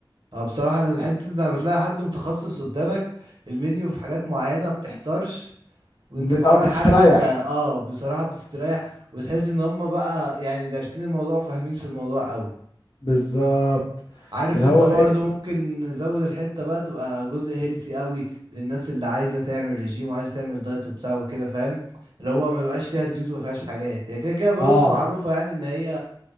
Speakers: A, on the right; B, on the left.
A: اه بصراحة الحتة دي لما بتلاقي حد متخصص قدامك المنيو في حاجات معينة ما بتحتارش وانت
B: ب-
A: بقى
B: اه
A: رايح
B: بتستريح
A: عارف انت اه بصراحة بتستريح وتحس ان هم بقى يعني دارسين الموضوع وفاهمين في الموضوع قوي
B: بالظبط
A: عارف
B: اللي
A: انت
B: هو
A: برضو
B: ايه
A: ممكن نزود الحتة بقى تبقى جزء هيلسي قوي للناس اللي عايزة تعمل ريجيم وعايزة تعمل دايت وبتاع وكده فاهم اللي هو ما بيبقاش فيها زيوت وما فيهاش حاجات هي كده كده البطاطس
B: اه
A: معروفة يعني ان هي